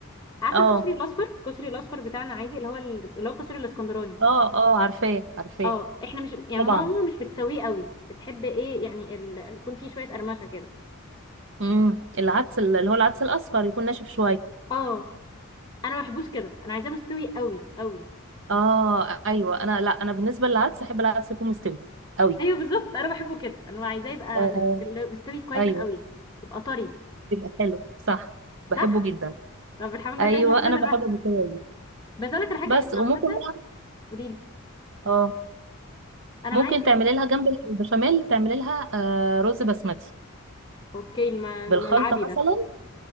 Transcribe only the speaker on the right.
اه
اه اه عارفاه عارفاه
طبعا
امم العدس ال- اللي هو العدس الأصفر يكون ناشف شوية
اه ايوه انا لا انا بالنسبة للعدس احب العدس يكون مستوي قوي
آه
ايوه
يبقى حلو صح بحبه
جدا
ايوه
انا بحبه
بالطريقة دي
بس
وممكن
بقى
اه
ممكن
تعملي
لها جنب
البشاميل تعملي لها آه رز بسمتي
بالخلطة مثلا